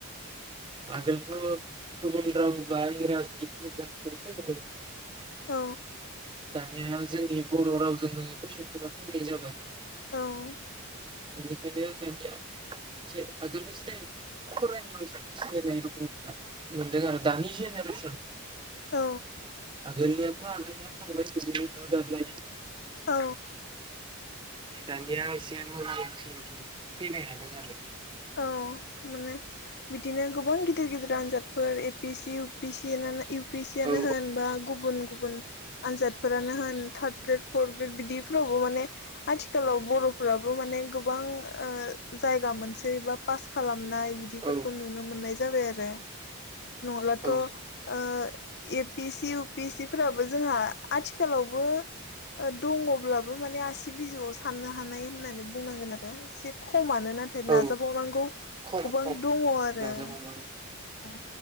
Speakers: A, on the right; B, on the left.
A: आगोलथ' गुबुन राव बा इंराजिफोरजोंसो फैयोमोन।
B: औ।
A: दानिया जोंनि बर' रावजोंनो कुइसनफोरा फैनाय जाबाय।
B: औ।
A: बेनिखायनो दानिया एसे आगोलनिसाय फरायनायाव एसे एनै <unintelligible> मोनदों आरो दानि जेनेरेसन
B: औ।
A: आगोलनियाथ' आगोलनिया थांबाय बिदिनो दु दाबलायै।
B: औ।
A: दानिया एसे मोजां थिंकि फैबाय थादों आरो
B: औ माने बिदिनो गोबां गिदिर गिदिर आनजादफोर A P C U P C U पिसियानो
A: औ
B: होन बा गुबुन गुबुन आनजादफोरानो होन थार्द ग्रेड फर्थ ग्रेड बिदिफ्रावबो माने आथिखालाव बरफ्राबो माने गोबां ओ जायगा मोनसै। एबा पास खालाम नाय बिदिफोरखौ
A: औ
B: नुनो मोननाय जाबाय आरो। नङब्लाथ'
A: औ
B: ओ A P C U P C फोराबो जोंहा आथिखालावबो दङब्लाबो माने आसि बिजौआव साननो हानाय होननानै बुंनांगोन आरो एसे खमानो। नाथाय
A: औ
B: नाजाबावनांगौ
A: खम
B: गोबां
A: खम
B: दङ आरो
A: नाजाबावनांगौ
B: औ।